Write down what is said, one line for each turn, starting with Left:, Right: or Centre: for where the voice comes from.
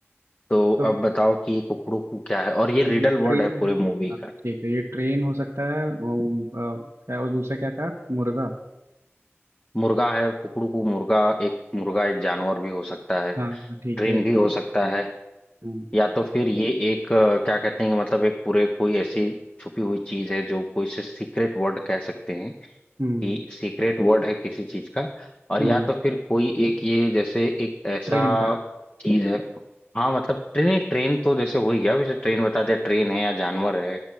Left: तो
Right: तो,
Left: अब बताओ कि ये कुकड़ू क्या है और ये
Right: तो
Left: रिडल
Right: ये ट्रेन
Left: वर्ड है पूरे
Right: है
Left: मूवी
Right: हाँ
Left: का
Right: ठीक है ये ट्रेन हो सकता है और, अ, क्या और दूसरा क्या कहा मुर्गा
Left: मुर्गा है कुकड़ू को, मुर्गा एक मुर्गा एक जानवर भी हो सकता है
Right: हाँ हाँ, ठीक
Left: ट्रेन
Right: है ट्रेन
Left: भी हो सकता है
Right: हम्म
Left: या तो फिर ये एक अ, क्या कहते हैं कि मतलब एक पूरे कोई ऐसी छुपी हुई चीज है जो कोई से सीक्रेट वर्ड कह सकते हैं
Right: हम्म
Left: कि सीक्रेट वर्ड है किसी चीज का और
Right: हम्म,
Left: या तो फिर कोई एक ये जैसे एक ऐसा
Right: ट्रेन का
Left: चीज है हाँ मतलब ट्रेन ट्रेन तो जैसे हो ही गया वैसे ट्रेन बता दिया ट्रेन है या जानवर है